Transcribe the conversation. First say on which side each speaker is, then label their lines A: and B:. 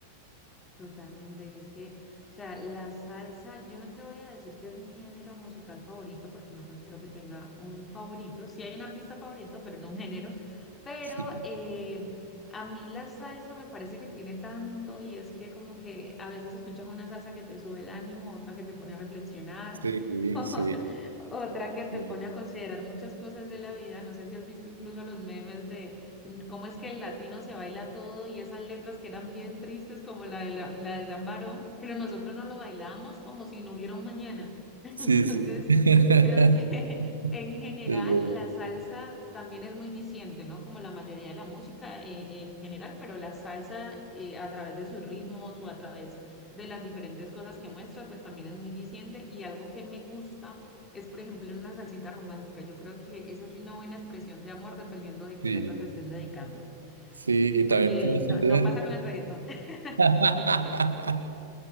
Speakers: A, on the left; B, on the right.
A: Totalmente, y es que, o sea, la salsa, yo no te voy a decir que es mi género musical favorito, porque no considero que tenga un favorito. Sí hay un artista favorito, pero no un género. Pero
B: Sí.
A: eh, a mí la salsa me parece que tiene tanto, y es que como que a veces escuchas una salsa que te sube el ánimo, otra que te pone a reflexionar,
B: Sí,
A: <laughs>
B: sí,
A: otra que te
B: sí,
A: pone a considerar muchas cosas de la vida. No sé si has visto incluso los memes de cómo es que el latino se baila todo y esas letras que eran bien tristes como la de, la, la de Gran Varón, pero nosotros no lo bailamos como si no hubiera un mañana. <laughs> Entonces,
B: sí, sí. <laughs>
A: creo que <laughs> en general
B: Es verdad,
A: la salsa también es muy diciente, ¿no? Como la mayoría de la música eh, en general, pero la salsa eh, a través de sus ritmos o a través de las diferentes cosas que muestra, pues también es muy diciente y algo que me gusta es, por ejemplo, una salsita romántica. Yo creo que esa es una buena expresión de amor dependiendo de qué
B: Sí,
A: letra te estén dedicando,
B: sí, y
A: porque
B: también puede
A: no,
B: ser.
A: no pasa con el reggaetón. <laughs>
B: <laughs>